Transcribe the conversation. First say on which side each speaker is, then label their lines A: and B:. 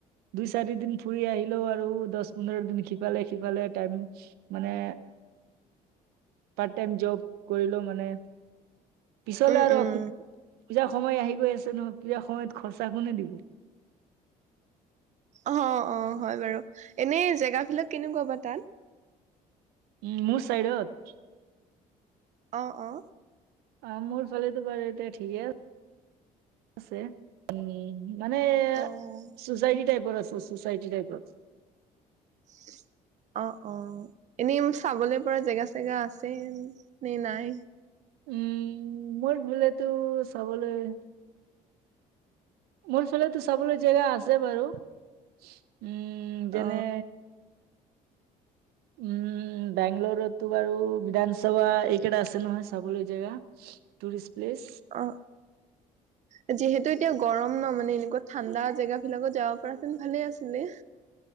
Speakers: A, on the right (about 85°); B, on the right (about 50°).
A: দুই-চাৰি দিন ফুৰি আহিলেও আৰু দহ- পোন্ধৰ দিন সিফালে-সিফালে টাইম মানে পাৰ্ট টাইম জব কৰিলেও মানে পিছলে
B: উম
A: আৰু
B: উম
A: পূজা সময় আহি গৈ আছে নহয় পূজা সময়ত খৰচা কোনে দিব
B: অ অ হয় বাৰু এনে জেগা বিলাক কেনেকুৱা বাৰু তাত
A: উম মোৰ চাইডত।
B: অ', অ'।
A: অ', মোৰ ফালেতো বাৰু এতিয়া ঠিকে আ-ছে। উম। মানে
B: অ
A: চো'চাইটি টাইপৰ আছে চো'চাইটি টাইপৰ।
B: <inaudible> অ, অ, এনেই চাবলে পৰা জেগা চেগা আছে নে নাই?
A: উম মোৰ বোলেতো চাবলৈ মোৰ ফালেটো চাবলৈ জেগা আছে বাৰু উম, যেনে
B: অ
A: উম বেংলৰতো বাৰু বিধানসভা এইকেইটা আছে নহয় চাবলৈ জেগা। Tourist place.
B: অ', অ' যিহেতু এতিয়া গৰম ন' মানে এনেকুৱা ঠাণ্ডা জেগা বিলাকত যাব পৰা হেঁতেন ভালে আছিলে।